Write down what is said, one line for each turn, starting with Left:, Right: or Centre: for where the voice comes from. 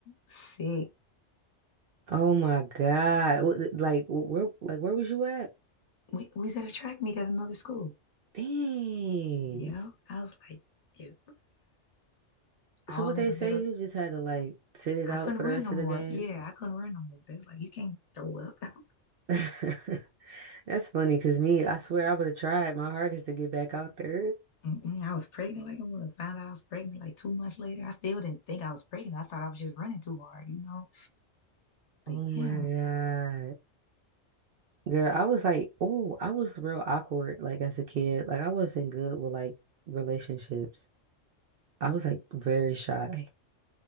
Left: sick.
Right: Oh my God. Wh- Like, wh- where, like, where was you at?
Left: We, we was at a track meet at another school.
Right: Dang.
Left: Yeah, I was like, yeah, all
Right: So what they
Left: in the
Right: say,
Left: middle.
Right: you
Left: of the-
Right: just had to like sit it
Left: I
Right: out
Left: couldn't
Right: for the
Left: run
Right: rest
Left: no
Right: of
Left: more.
Right: the game.
Left: Yeah, I couldn't run no more. They was like, you can't throw up. <laughs> I
Right: <laughs> That's funny, cause me, I swear I would have tried my hardest to get back out there.
Left: Mm-mm, I was pregnant like a mug. Found out I was pregnant like two months later. I still didn't think I was pregnant. I thought I was just running too hard, you know? But
Right: Oh my
Left: yeah,
Right: God. Girl, I was like, oh, I was real awkward, like as a kid. Like I wasn't good with like relationships. I was like very shy.